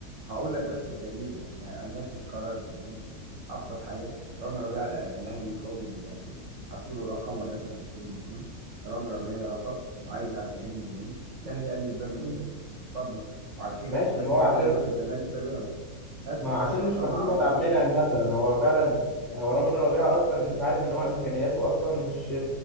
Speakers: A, on the right; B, in the centre.
A: هقول لك بس الدليل يعني الناس بتكرر الكلام بس ابسط حاجه رامي ربيعه الأ- الاهلي بيفاوضه دلوقتي حط له رقم وليكن 20 مليون رامي ربيعه رفض وعايز 40 مليون الاهلي قال له الباب مفتوح
B: كده
A: اتفضل وعلى فكره
B: ماشي
A: احتمال
B: ما
A: كبير
B: هو عشان
A: لا يروح الزمالك لا بيراميدز نفس
B: ما
A: الكلام
B: هو عشان
A: حصل
B: مش محمد
A: مع رمضان
B: عبد المنعم
A: صبحي
B: مثلا هو فعلا هو رامي ربيعة اصلا انت عارف ان هو امكانياته اصلا مش